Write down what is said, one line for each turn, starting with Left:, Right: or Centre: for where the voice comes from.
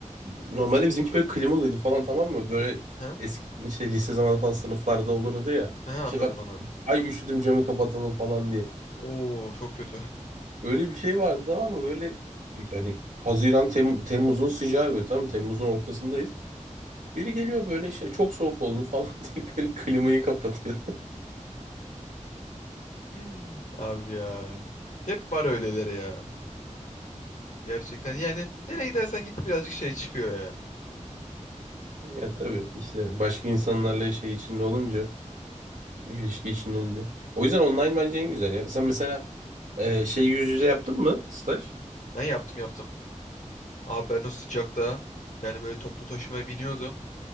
Right: Normalde bizimki böyle klimalıydı falan tamam mı? Böyle
Left: Ha?
Right: eski işte lise zamanı falan sınıflarda olurdu ya.
Left: Ha,
Right: İşte
Left: anladım
Right: ben
Left: anladım.
Right: ay üşüdüm camı kapatalım falan diye.
Left: Oo çok kötü.
Right: Öyle bir şey vardı tamam mı? Böyle yani Haziran Tem- Temmuz'un sıcağı böyle tamam mı? Temmuz'un ortasındayız. Biri geliyor böyle işte çok soğuk oldu falan <laughs> deyip böyle klimayı kapatıyor.
Left: <laughs> Abi ya. Hep var öyleleri ya. Gerçekten yani nereye gidersen git birazcık şey çıkıyor ya. <laughs>
Right: Ya tabii işte başka insanlarla şey içinde olunca, bir ilişki içinde olunca. O yüzden online bence en güzel ya. Sen mesela e, şey yüz yüze yaptın mı staj?
Left: Ben yaptım yaptım. Abi ben o sıcakta yani böyle toplu taşımaya biniyordum.